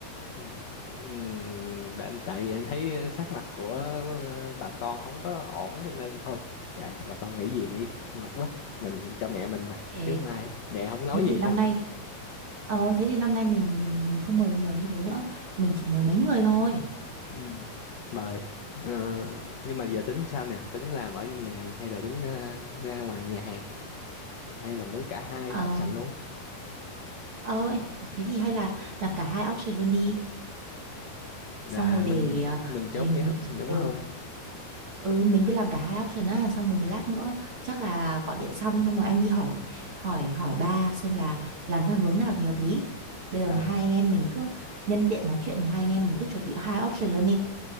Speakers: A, on the left; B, on the right.
A: Ừ, ừ, đã- tại vì anh thấy sắc mặt của ờ, bà con không có ổn cho nên thôi kệ bà con nghĩ gì nghĩ mệt quá mình cho mẹ mình mà
B: Thế,
A: chứ không ai mẹ không nói
B: thế thì
A: gì
B: năm
A: thôi
B: nay ờ thế thì năm nay mình mình mình không mời nhiều như thế nữa, mình chỉ mời mấy người thôi.
A: ừ, mời Ờ, nhưng mà giờ tính sao nè tính làm ở nhà hay là tính ờ, ra ngoài nhà hàng hay là muốn cả hai
B: Ờ
A: option luôn
B: ờ thế thì hay là làm cả hai option luôn đi.
A: là
B: xong rồi
A: mình
B: để ờ,
A: mình chốt
B: mình
A: với option đúng
B: ừ,
A: không
B: ừ mình cứ làm cả hai option á xong rồi một lát nữa chắc là gọi điện xong xong rồi anh đi hỏi hỏi hỏi ba xem là làm theo hướng nào thì hợp lý bây giờ
A: Ờ
B: hai anh em mình cứ nhân tiện nói chuyện hai anh em mình cứ chuẩn bị hai option luôn đi